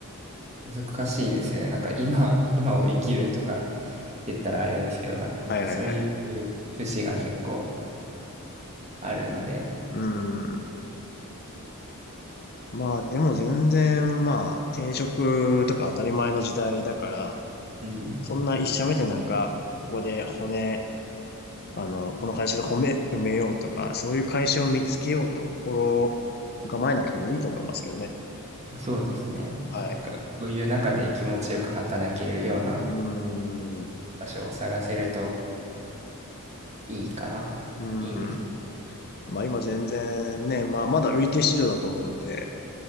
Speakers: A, on the right; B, on the left.
A: 難しいですよね。なんか今、<laughs> 今を生きるとか言ったらあれですけど、なんかそういう節が結構
B: はいはいはい。
A: あるので、
B: うーん。まあでも全然まあ転職とか当たり前の時代だから、
A: うん。
B: そんな一社目でなんか、ここで骨、あの、この会社で骨埋めようとか、そういう会社を見つけようと心構えなくてもいいと思いますけどね。
A: そうですね。
B: はい。
A: なんか、そういう中で気持ちよく働けるような
B: うーん。う
A: 場所を探せるといいかな。
B: ー
A: いいんですかね。
B: ん。まあ今全然ね、まあまだ売り手市場だと思うんで、